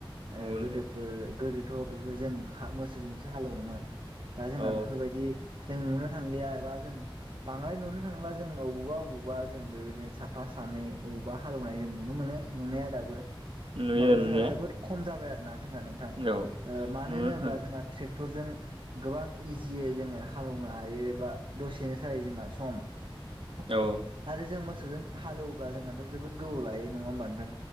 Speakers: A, on the right; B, on the right.
A: नंगौ
B: ओ
A: नोंथां
B: गोदोफोर गोदोथ' बेफोरजों मोसौजोंसो हालेवोमोन दा जोंहा
A: औ
B: बेफोरबायदि जों नुनो थांलिया एबा जों बांद्राय नुनो थांला जों बबावबा अबेावबा जों बेबायदिनो साफा सानै बबावबा हालेवनाय जों नुनो मोनो। नुनाया दाबो
A: नुयो
B: माबो
A: नुनाया
B: जोंहा जोबोद खम जाबाय आरो जोंना
A: औ
B: ओ मानो
A: नुनो
B: होनोब्ला
A: थां
B: जोंना ट्रेक्टरजों गोबां इजियै जोंङो हालेवनो हायो बा दसेनोजायो जोंना सम
A: औ
B: आरो जों मोसौजों हालेवोब्ला जोंनाथ' जोबोद गोबौ लायो नङा होमबा नोंथां